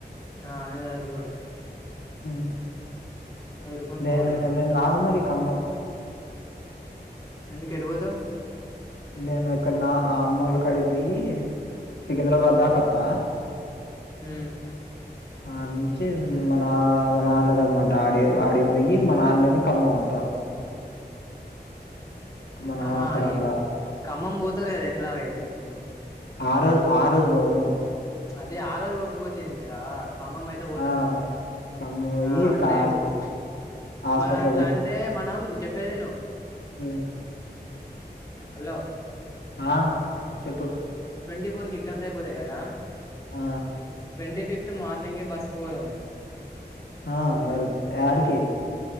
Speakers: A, on the left (about 20°); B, on the left (about 75°).
A: ఆ అన్ని చదురుకునుడే
B: మ్ హు
A: సదురుకొని
B: నేను
A: పోవుడేనే
B: నేను రాను మరి ఖమ్మం
A: ఎందుకు ఎటు పోతవ్
B: నేను ఇక్కడ నా అమ్మొల్ల కాడి పోయి సికింద్రాబాద్ దాక వత్త
A: మ్
B: ఆడి నుంచి మ నా మా నాన్న రమ్మంట ఆడి ఆడిపోయి మా నాన్న నేను ఖమ్మం వత్త త మా నాన్న
A: ఆహా
B: వత్తడంట
A: ఏ- ఖమ్మం పోతరు కదా ఎట్లాగైతే మీరు
B: ఆ రోజు ఆ రోజు పోము
A: అదే ఆ రోజు పొకపోతే ఏందిరా ఖమ్మం అయితే పోతారు
B: ఆ
A: కదా
B: ఖమ్మం పోయి
A: ఆ అట్లా
B: కా
A: చెప్పు
B: హాస్పిటల్
A: మరి అట్లా అంటే మనం చెప్పేది ఇను
B: మ్
A: హలో
B: ఆ చెప్పు
A: ట్వంటీ ఫోర్ కి ఎగ్జామ్స్ అయిపోతాయి కదా
B: ఆ
A: ట్వంటీ ఫిఫ్త్ మార్నింగే బస్ కి పోదాం
B: ఆ మరిప్పుడాడికి